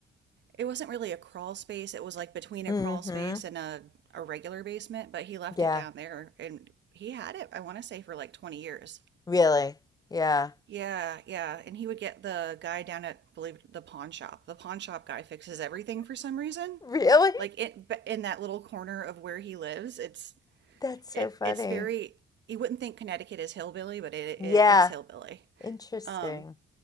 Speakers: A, on the right; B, on the left.
A: it wasn't really a crawl space, it was like between
B: Mm-hmm.
A: a crawl space and a a regular basement, but he left
B: Yeah.
A: it down there and he had it, I want to say for like 20 years.
B: Really. Yeah. <laughs>
A: Yeah, yeah. And he would get the guy down at, believe it, the pawn shop. The pawn shop guy fixes everything for some reason.
B: Really?
A: Like it but in that little corner of where he lives, it's
B: That's
A: it
B: so funny.
A: it's very you wouldn't think Connecticut is hillbilly, but it,
B: Yeah.
A: it it's hillbilly.
B: Interesting.
A: Um,